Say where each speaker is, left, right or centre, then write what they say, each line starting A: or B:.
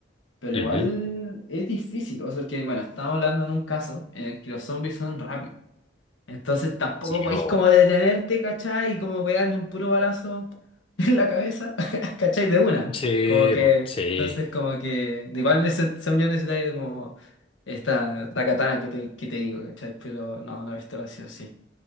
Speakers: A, on the left (about 80°); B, on the left (about 30°).
A: pero
B: Ujú.
A: igual es difícil, o sea, que bueno, estamos hablando en un caso en el que los zombies son rápidos. Entonces tampoco
B: Sí,
A: podéis
B: po.
A: como detenerte, ¿cachai? Y como pegarle un puro balazo <laughs> en la cabeza, <laughs> ¿cachai? De una.
B: Sí,
A: Como que,
B: pues, sí.
A: entonces como que, igual en ese, esa unión necesitáis de como esta, la katana que te, que te digo, ¿cachai? Pero no, no he visto así, sí.